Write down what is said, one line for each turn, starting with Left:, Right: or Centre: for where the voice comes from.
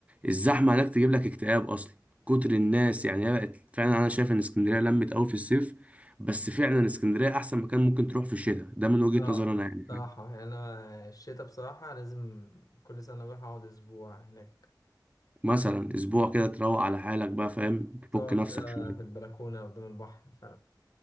Right: الزحمه هناك تجيب لك اكتئاب اصلا كتر الناس يعني هي بقت فعلا انا شايف ان اسكندريه لمت قوي في الصيف بس فعلا اسكندريه احسن مكان ممكن تروح في الشتاء ده من وجهه
Left: اه
Right: نظري انا يعني فاهم؟
Left: بصراحة يعني انا الشتاء بصراحة لازم كل سنة اروح اقعد اسبوع هناك
Right: مثلا اسبوع كده تروق على حالك بقى فاهم تفك
Left: تقعد
Right: نفسك
Left: كده
Right: شويه
Left: في البلكونة قدام البحر ف...